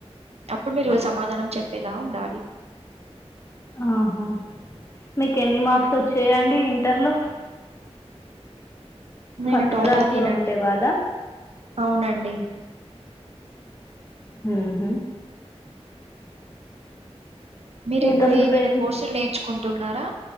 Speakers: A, on the right; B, on the left.
A: అప్పుడు మీరు సమాధానం చెప్పేలా ఉండాలి
B: ఆహా మీకు ఎన్ని మార్క్స్ వచ్చాయండి ఇంటర్లో?
A: నేను
B: ఫస్ట్
A: టాపర్
B: ర్యాంక్
A: నేనండి
B: లో ఉండే వాళా
A: అవునండి
B: మ్మ్ హ్మ్మ్
A: మీరు
B: ఇంకా
A: ఇప్పుడు
B: మీ
A: ఏమైనా
B: ఫ్రెండ్స్
A: కోర్సులు లు నేర్చ్కు కుంటున్నారా